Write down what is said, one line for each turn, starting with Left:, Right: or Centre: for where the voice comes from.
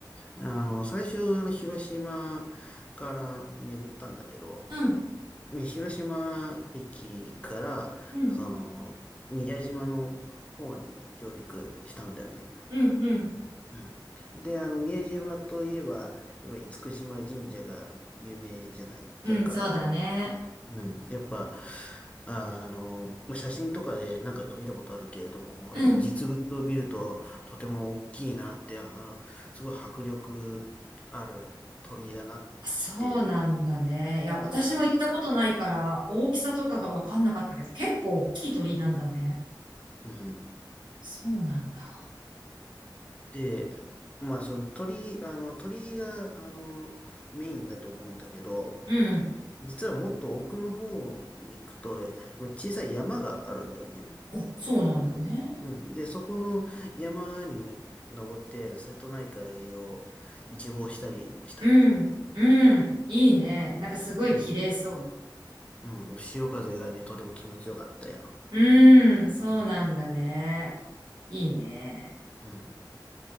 Left: あの、最初、あの、広島から巡ったんだけど、
Right: うん、
Left: 広島駅から、
Right: うん、
Left: その、宮島の方に上陸したんだよね。
Right: うん、うん、
Left: うん。で、あの、宮島といえば、やっぱ厳島神社が有名じゃない、
Right: うん、
Left: じゃんか。
Right: そうだね。
Left: うん。やっぱ、あ、あの、まあ写真とかで何回か見たことあるけれども、
Right: うん。
Left: やっぱ実物を見るととても大きいなって、あの、すごい迫力ある鳥居だなって
Right: そうなんだね。いや、私も行ったことないから大きさとかが分かんなかったけど、
Left: 感じる。
Right: 結構大きい鳥居なんだね。
Left: うん
Right: そうなんだ。
Left: で、まあその鳥居、あの、鳥居が、あの、メインだと思うんだけど、
Right: うん。
Left: 実はもっと奥の方に行くと、えまあ小さい山があるんだよね。
Right: お、そうなんだね。
Left: うん。で、そこの山に登って、瀬戸内海を一望したりもしたね。
Right: うん、うん、いいね。なんかすごい綺麗そ
Left: うん。うん。潮風がね、とても気持ちよかったよ。
Right: う。うん、そうなんだね。
Left: うん。
Right: いいね。
Left: う